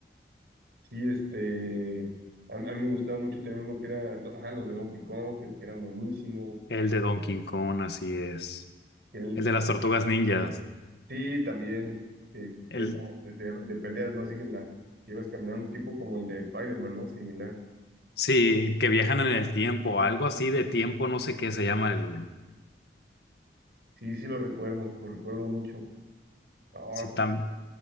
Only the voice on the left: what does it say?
el de Donkey Kong, así es,
el de las Tortugas Ninjas,
el,
sí, que viajan en el tiempo, algo así de tiempo, no sé qué se llama el...
Sí,
tam,